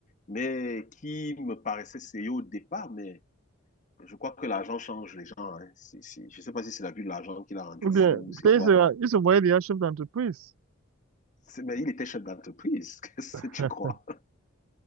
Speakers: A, on the left (about 35°); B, on the right (about 80°).
A: mais qui me paraissait sérieux au départ, mais je crois que l'argent change les gens. Hein. C'est- c'est- je sais pas si c'est la vue de l'argent qui l'a rendu
B: Ou bien,
A: fou, c'est
B: peut-être
A: quoi.
B: il sera, il se voyait déjà chef d'entreprise.
A: C'est- Mais il était chef d'entreprise, <laughs> qu'est-ce
B: <laughs>
A: que tu crois?